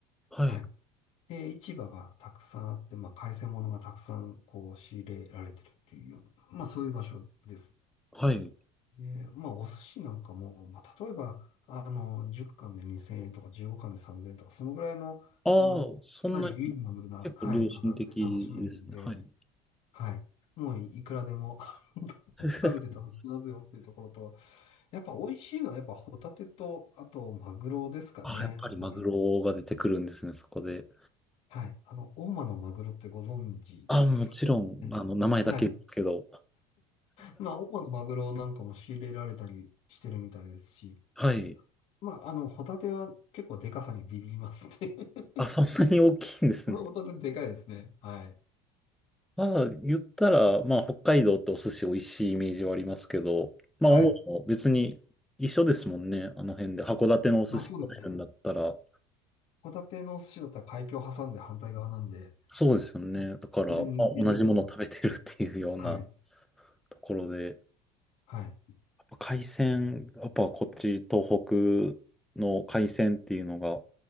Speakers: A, in the centre; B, on the left (about 55°).
A: はい。
B: はい。で、市場がたくさんあって、まあ、海鮮物がたくさん、こう、仕入れられてるっていうような、まあ、そういう場所です。
A: はい。
B: で、まあ、お寿司なんかも、まあ、例えば、あの、10貫で2000円とか15貫で3000円とか、そのぐらいの、
A: ああ、
B: あの、
A: そんなに結構良心的ですね。
B: かなりリーズナブルな、はい、価格で楽しめるんで、
A: はい。
B: はい。もういくらでも <laughs>
A: <laughs>
B: 食べて楽しみますよっていうところと、やっぱ美味しいのはやっぱホタテと、あとマグロですかね。
A: ああ、やっぱりマグロが出てくるんですね、
B: はい。
A: そこで。
B: はい。あの、大間のマグロってご存知ですかね。
A: ああ、もちろん、あの、名前だけですけど。
B: はい。まあ、大間のマグロなんかも仕入れられたりしてるみたいですし、
A: はい。
B: まあ、あの、ホタテは結構でかさにビビりますね。<laughs>
A: あ、そんなに大きいんですね。
B: ホタテでかいですね。はい。
A: まあ、言ったら、まあ、北海道ってお寿司美味しいイメージはありますけど、まあ、
B: はい。
A: 青森も別に一緒ですもんね、あの辺で。函館のお寿司食べるんだったら。
B: まあ、そうですね。ホタテのお寿司だったら海峡を挟んで反対側なんで、
A: そうですよね。だから、
B: 全然似てると思いますね。
A: まあ、同じものを食べてるっていうような
B: はい。
A: ところで。
B: はい。
A: 海鮮、やっぱこっち東北の海鮮っていうのが